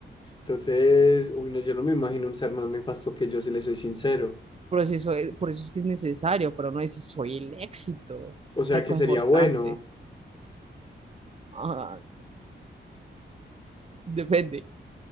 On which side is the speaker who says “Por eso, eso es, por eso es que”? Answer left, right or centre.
Right